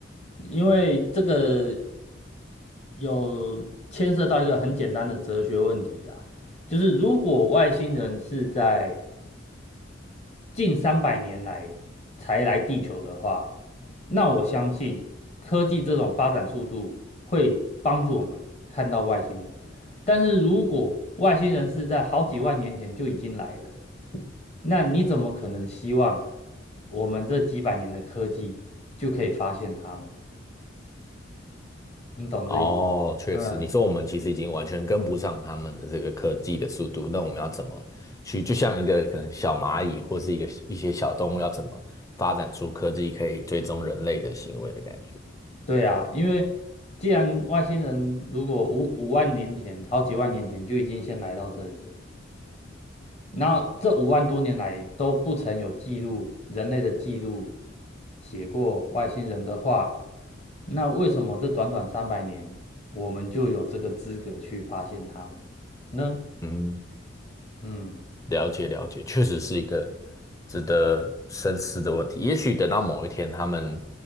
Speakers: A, on the left; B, on the left.
A: 因为这个有牵涉到一个很简单的哲学问题啦，就是如果外星人是在近三百年来才来地球的话，那我相信科技这种发展速度会帮助我们看到外星人。但是如果外星人是在好几万年前就已经来了，那你怎么可能希望我们这几百年的科技就可以发现他们？你懂这意思？
B: 哦，确实，
A: 嗯，
B: 你说我们其实已经完全跟不上他们的这个科技的速度，那我们要怎么去，就像一个可能小蚂蚁或是一个一些小动物，要怎么发展出科技可以追踪人类的行为的感觉？
A: 对啊，因为既然外星人如果五五万年前、好几万年前就已经先来到这里了，然后这五万多年来都不曾有记录，人类的记录写过外星人的话，那为什么这短短三百年，我们就有这个资格去发现他们呢？
B: 嗯，
A: 嗯，
B: 了解了解，确实是一个值得深思的问题。也许等到某一天，他们